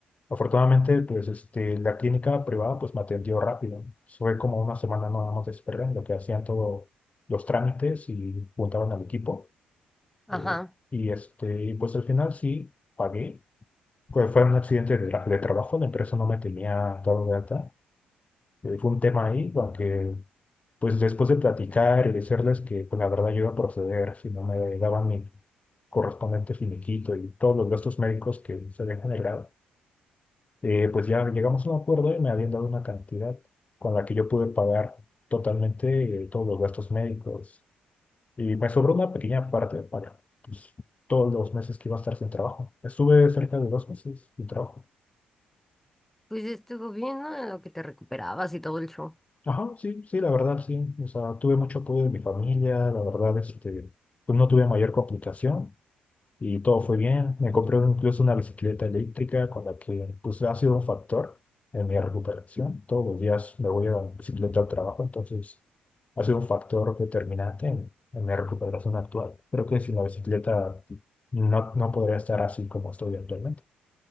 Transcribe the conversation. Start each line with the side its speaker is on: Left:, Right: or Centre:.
Left: afortunadamente, pues este, la clínica privada pues me atendió rápido. Fue como una semana nada más de espera en lo que hacían todos los trámites y juntaron al equipo.
Centre: Ajá,
Left: eh, y este, y, pues al final sí pagué Pues fue un accidente de, tra- de trabajo, la empresa no me tenía dado de alta. Eh, fue un tema ahí, aunque pues después de platicar y decirles que pues, la verdad yo iba a proceder si no me daban mi correspondiente finiquito y todos los gastos médicos que se habían generado, eh, pues ya llegamos a un acuerdo y me habían dado una cantidad con la que yo pude pagar totalmente eh, todos los gastos médicos. Y me sobró una pequeña parte para pues, todos los meses que iba a estar sin trabajo. Estuve cerca de dos meses sin trabajo.
Centre: pues estuvo bien, ¿no? En lo que te recuperabas y todo el show.
Left: Ajá, sí, sí, la verdad, sí. O sea, tuve mucho apoyo de mi familia, la verdad, este, pues no tuve mayor complicación y todo fue bien. Me compré incluso una bicicleta eléctrica con la que, pues, ha sido un factor en mi recuperación. Todos los días me voy a bicicleta al trabajo, entonces ha sido un factor determinante en, en mi recuperación actual. Creo que sin la bicicleta no, no podría estar así como estoy actualmente.